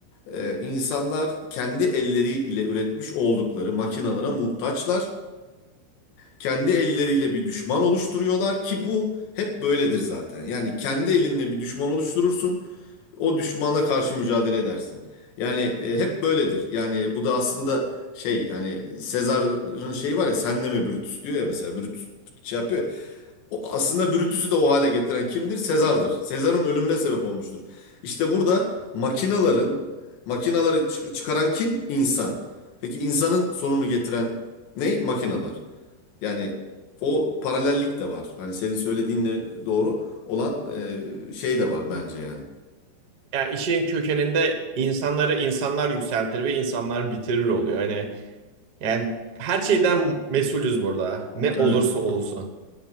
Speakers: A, on the left; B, on the right.
A: e, insanlar kendi elleriyle üretmiş oldukları makinalara muhtaçlar. Kendi elleriyle bir düşman oluşturuyorlar ki bu hep böyledir zaten. Yani kendi elinle bir düşman oluşturursun o düşmana karşı mücadele edersin. Yani e, hep böyledir. Yani bu da aslında şey yani Sezar'ın şeyi var ya senle mi Brutus diyor ya mesela Brutus şey yapıyor. ya. O aslında Brutus'u da o hale getiren kimdir? Sezar'dır. Sezar'ın ölümüne sebep olmuştur. İşte burada makinaların makinaları çık- çıkaran kim? İnsan. Peki insanın sonunu getiren ne? Makinalar. Yani o paralellik de var. Hani senin söylediğinle doğru olan e, şey de var bence yani.
B: Yani işin kökeninde insanları insanlar yükseltir ve insanlar bitirir oluyor. Hani yani her şeyden mesulüz burada. Ne
A: Evet.
B: olursa olsun.